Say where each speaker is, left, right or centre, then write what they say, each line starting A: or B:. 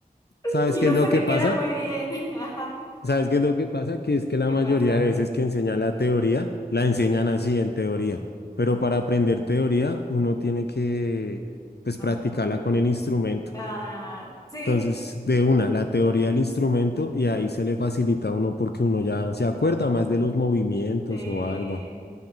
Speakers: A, on the left; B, on the left.
A: <clears throat>
B: ¿Sabes
A: Y
B: qué
A: no
B: es lo
A: se
B: que
A: me
B: pasa?
A: queda muy bien. <laughs> Ajá.
B: ¿Sabes qué es lo que pasa? Que es que la
A: ¿Qué
B: mayoría
A: pasa?
B: de veces que enseñan la teoría, la enseñan así en teoría. Pero para aprender teoría, uno tiene que, pues,
A: Ajá.
B: practicarla con el instrumento.
A: Ah, sí,
B: Entonces, de una, la teoría del instrumento y ahí se le facilita a uno porque uno ya se acuerda más de los movimientos
A: sí.
B: o algo.